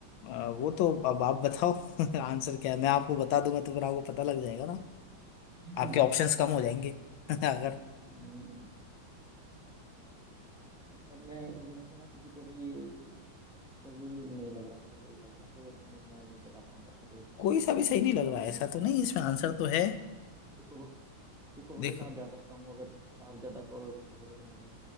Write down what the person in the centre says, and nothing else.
<laughs>
हम्म, सर मैं इनमें से ना किसी को भी सही नहीं लग रहा मुझे कोई सा भी ना तो इसमें मैं नहीं बता पाऊंगा आपको कोई कौन
सा
है
सिको सिको
के साथ जा सकता हूँ अगर आप ज्यादा कहो- कहोगे तो मुझे